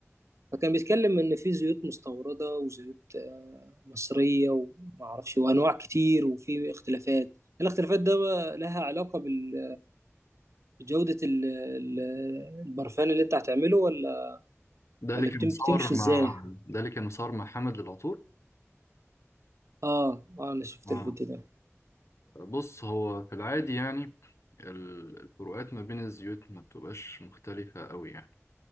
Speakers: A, on the right (about 70°); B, on the left (about 65°).
A: فكان بيتكلم ان في زيوت مستورده وزيوت آه، مصريه وما اعرفش وانواع كتير وفي اختلافات الاختلافات ده بقى لها علاقه بال- بجوده ال- ال- البرفان اللي انت هتعمله ولا
B: ده اللي
A: ولا
B: كان
A: بتم-
B: مصور
A: بتمشي ازاي
B: مع ده اللي كان مصور مع حمد للعطور
A: اه اه انا شفت
B: آه
A: الفيديو ده
B: بص هو في العادي يعني ال- الفروقات ما بين الزيوت ما بتبقاش مختلفة قوي يعني